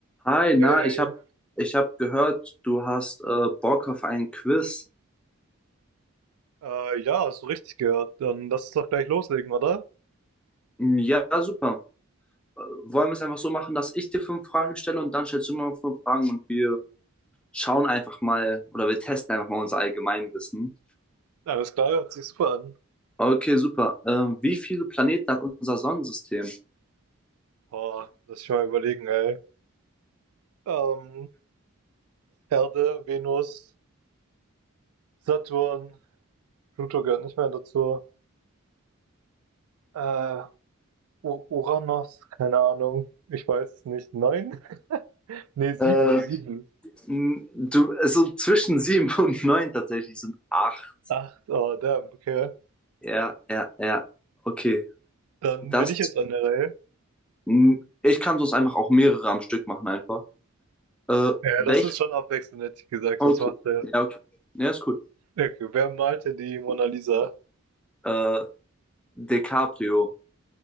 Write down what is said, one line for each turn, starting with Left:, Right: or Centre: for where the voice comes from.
Centre: Hi,
Right: Hey,
Centre: na,
Right: hey.
Centre: ich habe ich hab gehört, du hast äh, Bock auf ein Quiz.
Right: äh, ja, hast du richtig gehört. Dann lass uns doch gleich loslegen, oder?
Centre: Hm, Ja, super. Äh, wollen wir es einfach so machen, dass ich dir fünf Fragen stelle und dann stellst du mir fünf Fragen und wir schauen einfach mal oder wir testen einfach mal unser Allgemeinwissen.
Right: Alles klar, hört sich super an.
Centre: Okay, super. Ähm, wie viele Planeten hat unser Sonnensystem?
Right: Boah, lass ich mal überlegen, ey. Ähm, Erde, Venus, Saturn, Pluto gehört nicht mehr dazu. Äh, U Uranus, keine Ahnung. Ich weiß es nicht. Neun? <laughs> Nee, sieben,
Centre: Äh,
Right: sieben.
Centre: m, du, also zwischen sieben und <laughs> neun tatsächlich sind acht.
Right: Acht, oh, damn, okay.
Centre: Ja, ja, ja. Okay.
Right: Dann
Centre: Das,
Right: bin ich jetzt an der Reihe.
Centre: m, ich kann sonst einfach auch mehrere am Stück machen einfach. Äh,
Right: Ja,
Centre: welche
Right: das ist schon abwechseln, hätte ich gesagt,
Centre: Okay.
Right: sonst macht der.
Centre: Ja, okay. Ja, ist cool.
Right: Okay, wer malte die Mona Lisa?
Centre: Äh, DiCaprio,